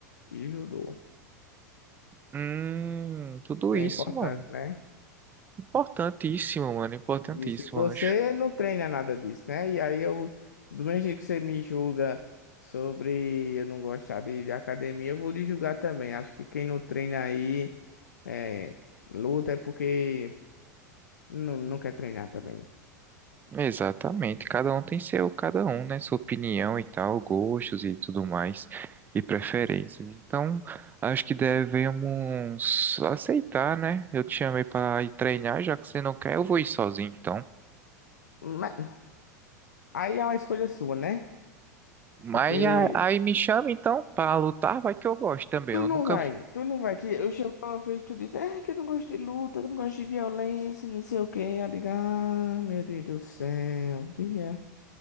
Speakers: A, on the left (about 85°); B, on the right (about 20°).
A: e judô,
B: Hum, tudo
A: que
B: isso,
A: é importante,
B: mano.
A: né?
B: Importantíssimo, mano. Importantíssimo,
A: E se você
B: eu acho.
A: não treina nada disso, né? E aí eu, do mesmo jeito que você me julga sobre eu não gostar de, de academia, eu vou lhe julgar também. Acho que quem não treina aí é, luta é porque não, não quer treinar também.
B: Exatamente. Cada um tem seu, cada um, né? Sua opinião e tal, gostos e tudo mais, e preferências. Então, acho que devemos aceitar, né? Eu te chamei para ir treinar, já que você não quer, eu vou ir sozinho, então.
A: Mas, aí é uma escolha sua, né?
B: Mas
A: Porque
B: a- aí me chama, então, para lutar, vai que eu gosto também.
A: Tu
B: Eu
A: não
B: nunca.
A: vai, tu não vai. Que eu chamei uma vez, tu disse, é que eu não gosto de luta, que eu não gosto de violência, não sei o quê. Eu digo, ah, meu Deus do céu, Bia.